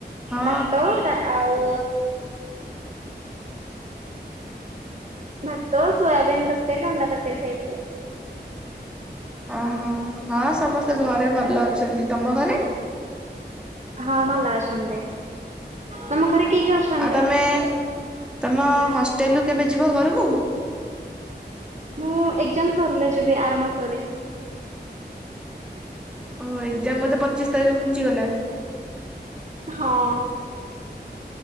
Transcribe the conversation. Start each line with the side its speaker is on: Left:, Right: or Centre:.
Centre: ହଁ
Right: ମା ତ ଟା ଆଉ ଭାତ ସୋୟାବିନ୍ ତରକାରୀ ଅଣ୍ଡା ତରକାରୀ ଖାଇଥିଲେ।
Centre: ଓହୋ ହଁ ସମସ୍ତେ ଘରେ ଭଲ ଅଛନ୍ତି। ତମ ଘରେ?
Right: ହଁ ଭଲ ଅଛନ୍ତି। ତମ ଘରେ କିଏ କିଏ ଅଛନ୍ତି?
Centre: ଆଉ ତମେ ତମ ହଷ୍ଟେଲରୁୁ କେବେ ଯିବ ଘରକୁ?
Right: ମୁଁ ଏକ୍ଜାମ ସରିଲେ ଯିବି ଆର ମାସରେ।
Centre: ଓ ଏକ୍ସାମ୍ ବୋଧେ ପଚିଶ ତାରିଖ ଘୁଞ୍ଚିଗଲା।
Right: ହଁ।